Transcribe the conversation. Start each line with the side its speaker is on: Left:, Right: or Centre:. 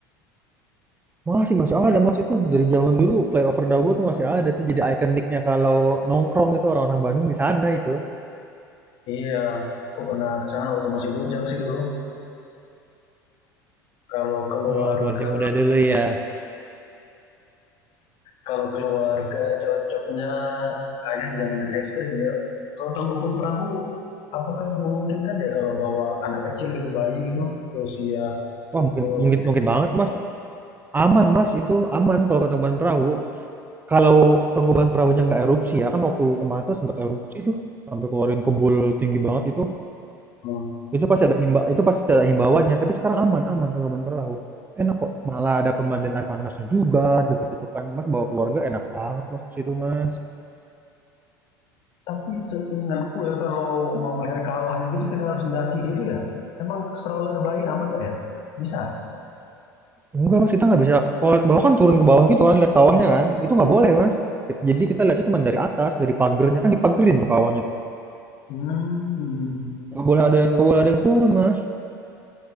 Right: Masih masih ada Mas, itu dari zaman dulu flyover Dago tuh masih ada tuh jadi ikoniknya kalau nongkrong itu orang-orang Bandung di sana itu.
Left: Iya, aku pernah kesana waktu masih bujang sih dulu. Kalau keluarga,
Right: Oh, waktu masih muda dulu ya.
Left: kalau keluarga cocoknya kayaknya jangan yang ekstrim ya. Kalau tangkuban perahu, apakah memungkinkan ya kalau bawa anak kecil gitu, bayi gitu, usia
Right: Wah, mungkin
Left: dua
Right: mungkin mungkin banget Mas. Aman Mas, itu aman kalau ke Tangkuban Perahu. Kalau Tangkuban Perahunya nggak erupsi ya, kan waktu kemarin tuh sempat erupsi tuh sampai keluarin kebul tinggi banget itu.
Left: bulan?
Right: Itu pasti ada himba itu pasti ada himbauannya, tapi sekarang aman aman Tangkuban Perahu. Enak kok, malah ada pemandian air panasnya juga deket itu kan. Mas bawa keluarga enak banget Mas ke situ Mas.
Left: Tapi seingatku ya kalau mau melihat kawahannya gitu kita harus mendaki gitu ya. Emang stroller bayi aman gak ya? Bisa.
Right: Enggak, Mas, kita nggak bisa kalau lihat bawah kan turun ke bawah gitu kan, lihat kawahnya kan. Itu nggak boleh, Mas. Jadi kita lihatnya cuma dari atas, dari pagernya kan dipagerin tuh kawahnya tuh.
Left: Hmm.
Right: Nggak boleh ada nggak boleh ada yang turun, Mas.